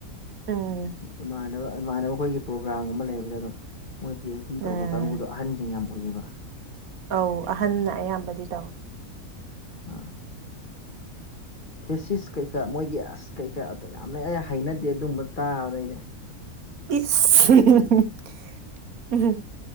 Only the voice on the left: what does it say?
ꯏꯃꯥꯟꯅꯕ ꯏꯃꯥꯟꯅꯕ ꯑꯩꯈꯣꯏꯒꯤ ꯄ꯭ꯔꯣꯒ꯭ꯔꯥꯝꯒꯨꯝꯕ ꯂꯩꯕꯗ ꯑꯗꯨꯝ ꯃꯣꯏ ꯄꯤ ꯑꯩꯆ ꯗꯤ ꯇꯧꯕ
ꯀꯥꯡꯕꯨꯗꯣ ꯑꯍꯟꯁꯤꯡ ꯌꯥꯝ ꯑꯣꯏꯌꯦꯕ
ꯑꯥ ꯊꯦꯁꯤꯁ ꯀꯩꯀꯥ ꯃꯣꯏꯒꯤ ꯑꯁ ꯀꯩꯀꯥ ꯑꯗꯨ ꯌꯥꯝꯅ ꯍꯩꯅꯗꯦ ꯑꯗꯨꯒꯨꯕ ꯇꯥꯕꯑꯩꯗꯤ